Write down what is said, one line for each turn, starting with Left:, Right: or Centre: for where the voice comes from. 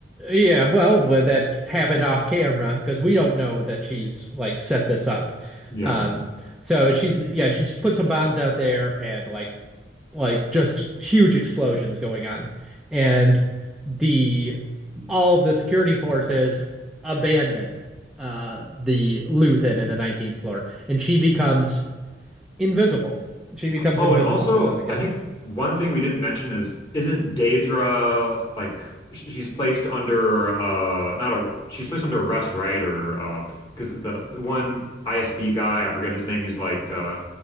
Centre: Yeah, well, wh- that happened off camera because we don't know that she's like set this up.
Left: Yeah.
Centre: Um, so she's yeah, she's put some bombs out there and like like just huge explosions going on. And the all of the security forces abandon uh the Luthen in the 19th floor and she becomes invisible. She becomes
Left: Oh,
Centre: invisible
Left: and also,
Centre: to them again.
Left: I think one thing we didn't mention is isn't Daedra like sh- she's placed under uh not a she's placed under arrest, right? Or uh because the the one ISB guy, I forget his name, he's like uh